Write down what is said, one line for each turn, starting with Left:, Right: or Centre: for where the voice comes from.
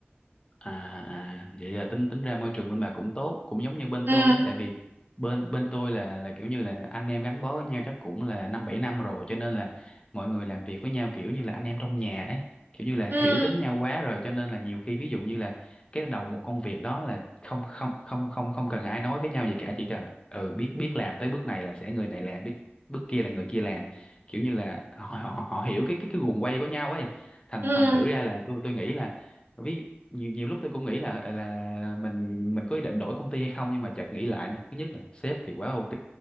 Left: à à vậy là tính tính ra môi trường bên bà cũng tốt cũng giống như bên
Right: ừ
Left: tôi đấy tại vì bên bên tôi là là kiểu như là anh em gắn bó với nhau chắc cũng là năm bảy năm rồi cho nên là mọi người làm việc với nhau kiểu như là anh em trong nhà ấy kiểu như là hiểu
Right: ừ
Left: tính nhau quá rồi cho nên là nhiều khi ví dụ như là cái đầu một công việc đó là không không không không không cần ai nói với nhau gì cả chỉ cần ừ biết biết làm tới bước này là sẽ người này làm biết bước kia là người kia làm kiểu như là họ họ, họ hiểu cái cái cái guồng quay của nhau ấy thành
Right: ừ
Left: thành thử ra là tôi tôi nghĩ là ví nhiều nhiều lúc tôi cũng nghĩ là ờ, là mình mình có ý định đổi công ty hay không nhưng mà chợt nghĩ lại nè. thứ nhất là sếp thì quá ok